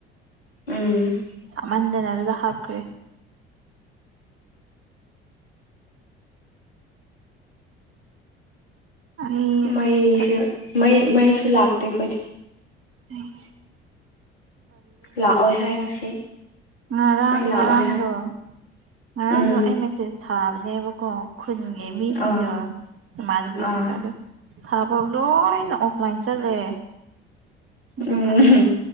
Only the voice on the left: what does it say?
ꯎꯝ
ꯃꯩꯁꯦ ꯃꯩ ꯃꯩꯁꯨ ꯂꯥꯛꯇꯦ ꯑꯩꯈꯣꯏꯗꯤ
ꯂꯥꯛꯑꯣꯏ ꯍꯥꯏ ꯉꯁꯤ
ꯃꯩ ꯂꯥꯛꯑꯣꯏ
ꯍꯥꯏ
ꯎꯝ
ꯑꯥ
ꯑꯥ
ꯎꯝ